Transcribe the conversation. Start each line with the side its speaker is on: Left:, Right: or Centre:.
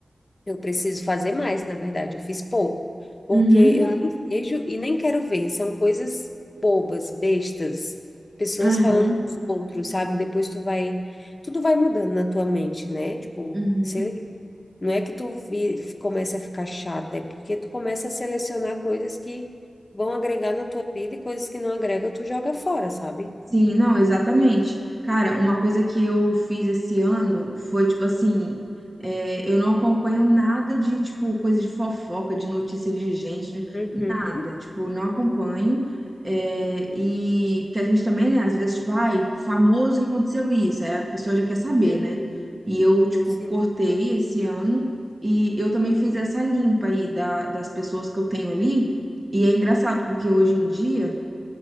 Left: eu preciso fazer mais, na verdade. Eu fiz pouco, porque
Right: Uhum,
Left: eu nem vejo e nem quero ver. São coisas bobas, bestas, pessoas
Right: aham,
Left: falando dos outros, sabe? Depois tu vai, tudo vai mudando na tua mente, né? Tipo,
Right: uhum.
Left: sei lá, não é que tu vi, começa a ficar chata, é porque tu começa a selecionar coisas que vão agregar na tua vida e coisas que não agrega, tu joga fora, sabe?
Right: Sim, não, exatamente. Cara, uma coisa que eu fiz esse ano foi, tipo assim, é, eu não acompanho nada de, tipo, coisa de fofoca, de notícia de gente, de-
Left: Uhum,
Right: nada. Tipo, não acompanho. É, e porque a gente também, né, às vezes, tipo, ai, famoso que aconteceu isso, aí a pessoa já quer saber,
Left: uhum,
Right: né? E eu, tipo,
Left: sim.
Right: cortei esse ano e eu também fiz essa limpa aí da, das pessoas que eu tenho ali. E é engraçado, porque hoje em dia.